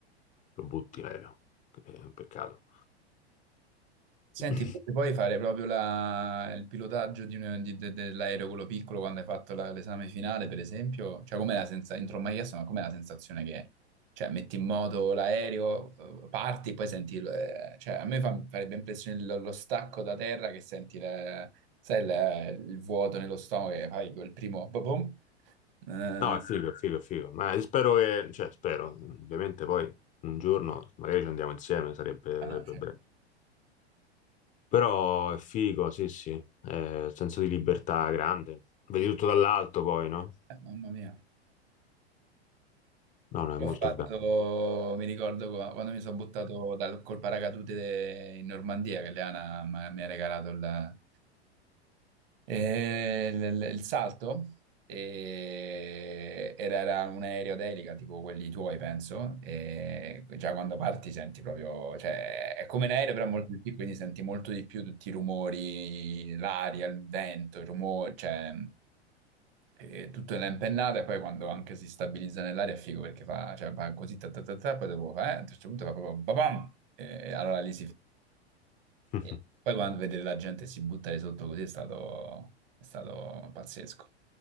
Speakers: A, on the left (about 25°); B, on the right (about 55°).
A: lo butti l'aereo. che È un peccato.
B: Senti,
A: <clears throat>
B: invece puoi fare proprio la- il pilotaggio di un- di- de- dell'aereo quello piccolo quando hai fatto la- l'esame finale, per esempio? Cioè, com'è la sensazione? Non te l'ho mai chiesto, ma com'è la sensazione che è? Cioè, metti in moto l'aereo, eh, parti e poi senti... il- eh, Cioè, a me fa- farebbe impressione lo, lo stacco da terra che senti la- sai, la- il vuoto nello stomaco che fai quel primo... boh, boom, Eh,
A: No, è figo, è figo, è figo. Ma spero che, cioè, spero, ovviamente poi un giorno magari ci andiamo insieme, sarebbe, sarebbe
B: ah,
A: bello. Però è figo, sì, sì, Eh, senso di libertà grande. Vedi tutto dall'alto poi, no?
B: cioè, mamma mia.
A: No, no,
B: Io
A: è molto
B: ho fatto,
A: bello.
B: mi ricordo qua- quando mi sono buttato dal, col paracadute in Normandia, che Leana m- mi ha regalato il, eh, il- il il salto, e era, era un aereo d'elica, tipo quelli tuoi, penso, e già quando parti senti proprio, cioè è come un aereo però molto più piccolo, quindi senti molto di più tutti i rumori, l'aria, il vento, il rumore, cioè... E tutto nella impennata e poi quando anche si stabilizza nell'aria è figo perché fa, cioè, fa così, ta, ta, ta, ta, poi dopo fa, eh, a un certo punto fa proprio babam! E allora lì si fa.
A: <laughs>
B: E Poi quando vedere la gente si buttare sotto così è stato, è stato pazzesco.